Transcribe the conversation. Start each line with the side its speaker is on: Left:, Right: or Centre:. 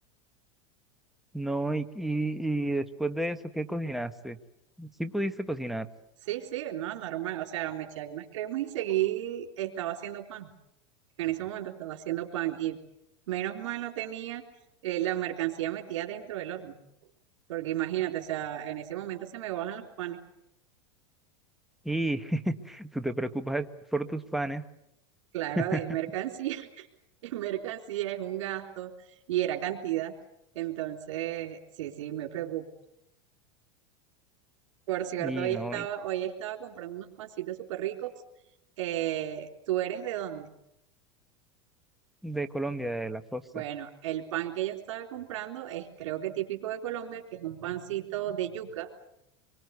Centre: No, y, y, y después de eso, ¿qué cocinaste? Sí pudiste cocinar.
Right: Sí, sí, no, normal, o sea, me eché algunas cremas y seguí, estaba haciendo pan. En ese momento estaba haciendo pan y menos mal no tenía eh, la mercancía metida dentro del horno, porque imagínate, o sea, en ese momento se me bajan los panes.
Centre: Y <laughs> tú te preocupas por tus panes.
Right: Claro,
Centre: <laughs>
Right: es mercancía. <laughs> mercancía, es un gasto y era cantidad. Entonces, sí, sí, me preocupo. Por cierto,
Centre: Y
Right: hoy
Centre: no,
Right: estaba,
Centre: y
Right: hoy estaba comprando unos pancitos súper ricos. Eh, ¿tú eres de dónde?
Centre: de Colombia, de la costa.
Right: Bueno, el pan que yo estaba comprando es creo que típico de Colombia, que es un pancito de yuca,